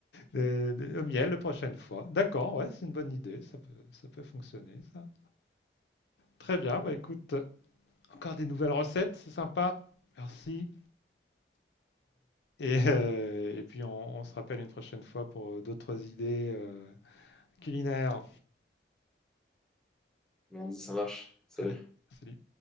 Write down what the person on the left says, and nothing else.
de- de- au miel la prochaine fois. D'accord, ouais, c'est une bonne idée. Ça peut, ça peut fonctionner, ça. Très bien. Bah écoute, encore des nouvelles recettes, c'est sympa. Merci. Et, euh, et puis on, on se rappelle une prochaine fois pour euh, d'autres idées euh, culinaires.
Allez, salut.